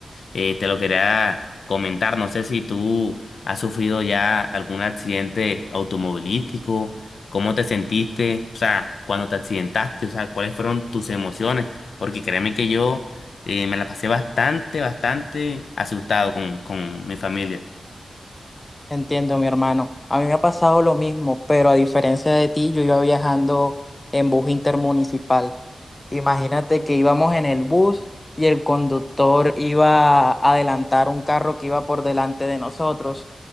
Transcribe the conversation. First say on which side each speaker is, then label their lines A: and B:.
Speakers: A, on the left; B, on the left.
A: eh, te lo quería comentar, no sé si tú has sufrido ya algún accidente automovilístico, cómo te sentiste, o sea, cuando te accidentaste, o sea, cuáles fueron tus emociones, porque créeme que yo eh, me la pasé bastante, bastante asustado con, con mi familia.
B: Entiendo, mi hermano. A mí me ha pasado lo mismo, pero a diferencia de ti, yo iba viajando en bus intermunicipal. Imagínate que íbamos en el bus y el conductor iba a adelantar un carro que iba por delante de nosotros